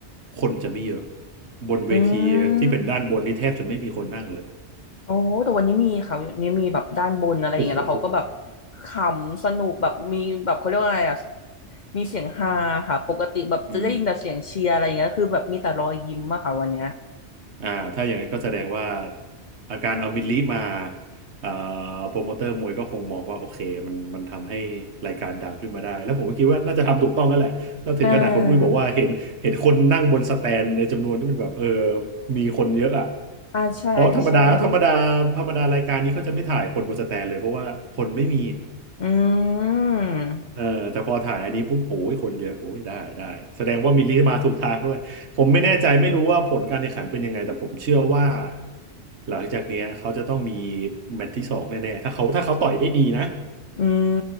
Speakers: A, on the right; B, on the left.
A: คนจะไม่เยอะบนเวทีที่เป็นด้านบนนี่แทบจะไม่มีคนนั่งเลย
B: อืมโอ้แต่วันนี้มีค่ะวันนี้มีแบบด้านบนอะไรอย่างเงี้ยแล้วเขาก็แบบ
A: โอ้โห
B: ขำสนุกแบบมีแบบเขาเรียกว่าอะไรอะมีเสียงฮาค่ะปกติแบบจะได้ยินแต่เสียงเชียร์อะไรอย่างเงี้ยคือแบบมีแต่รอยยิ้มอะค่ะวันเนี้ย
A: อืม อ่าถ้าอย่างนั้นก็แสดงว่าอาการเอามิดลีมาเอ่อโปรโมเตอร์มวยก็คงมองว่าโอเคมันมันทำให้รายการดังขึ้นมาได้แล้วผมก็คิดว่าน่าจะทำถูกต้องนั่นแหละถ้าถึงขนาดคนอุ้ยบอกว่าเห็นเห็นคนนั่งบนสแตนในจำนวนที่มันแบบเออ
B: อ่า
A: มีคนเยอะอ่ะ
B: อ่าใช่ใช่
A: เพราะธรรมดาธรรมดาธรรมดารายการนี้เขาจะไม่ถ่ายคนบนสแตนเลยเพราะว่าคนไม่มี
B: อืม
A: เออแต่พอถ่ายอันนี้ปุ๊บโอ้ยคนเยอะโอ้ยได้ได้แสดงว่ามิลลิมาถูกทางด้วยผมไม่แน่ใจไม่รู้ว่าผลการแข่งขันเป็นยังไงแต่ผมเชื่อว่าหลังจากเนี้ยเขาจะต้องมีแมตช์ที่สองแน่ๆถ้าเขาถ้าเขาต่อยได้ดีนะ
B: อืม